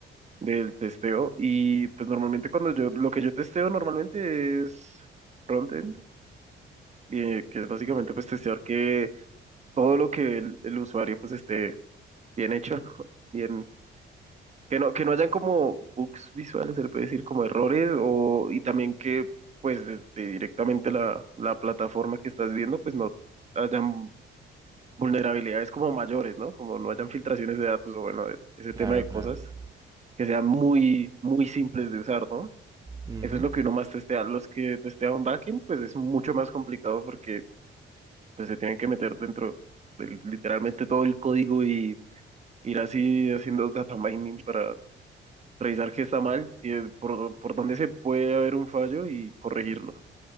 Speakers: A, on the right; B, on the right.
A: del testeo y pues normalmente cuando yo, lo que yo testeo normalmente es frontend, eh, que es básicamente pues testear que todo lo que el, el usuario pues esté bien hecho, <laughs> ¿no? bien, que no, que no hayan como bugs visuales, se le puede decir como errores, o, y también que pues de- directamente la, la plataforma que estás viendo pues no hayan vulnerabilidades como mayores, ¿no? Como no hayan filtraciones de datos o bueno, ese
B: Claro,
A: tema de cosas
B: claro.
A: que sean muy, muy simples de usar, ¿no?
B: Ujú.
A: Eso es lo que uno más testea. Los que testean backend, pues es mucho más complicado porque pues se tienen que meter dentro de literalmente todo el código ir así haciendo data mining para revisar qué está mal, qué- por, por dónde se puede haber un fallo y corregirlo.